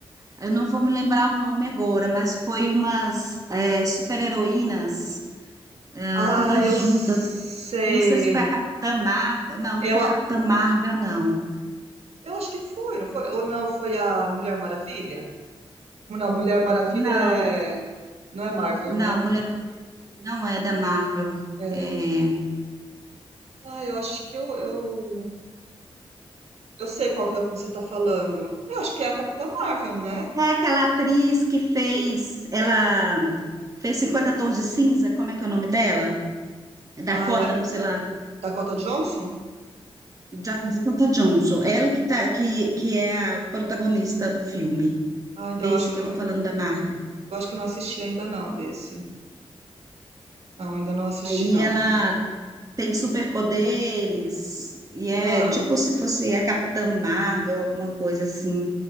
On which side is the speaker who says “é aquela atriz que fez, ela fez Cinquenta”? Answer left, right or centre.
Right